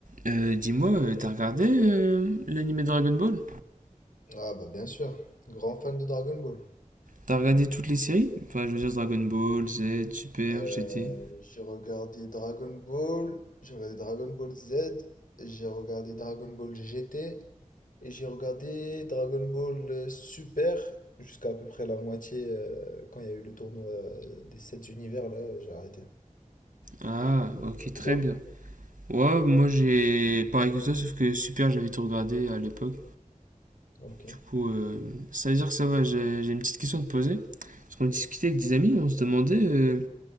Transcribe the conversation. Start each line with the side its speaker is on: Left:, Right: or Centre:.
Right: Euh, dis-moi, euh, t'as regardé euh, l'anime Dragon Ball?
Left: Ah bah bien sûr, grand fan de Dragon Ball.
Right: T'as regardé toutes les séries? Enfin, je veux dire Dragon Ball, Z, Super,
Left: Euh,
Right: GT.
Left: j'ai regardé Dragon Ball, j'ai regardé Dragon Ball Z, j'ai regardé Dragon Ball GT et j'ai regardé Dragon Ball euh, Super jusqu'à à peu près la moitié euh, quand il y a eu le tournoi euh, des 7 univers là, j'ai arrêté.
Right: Ah, ok, très
Left: Et toi?
Right: bien. Ouais, moi j'ai pareil que toi, sauf que Super, j'avais tout regardé à l'époque.
Left: Ok.
Right: Du coup, euh, ça veut dire que ça va, j'ai j'ai une petite question à te poser. Parce qu'on discutait avec des amis, on se demandait, euh,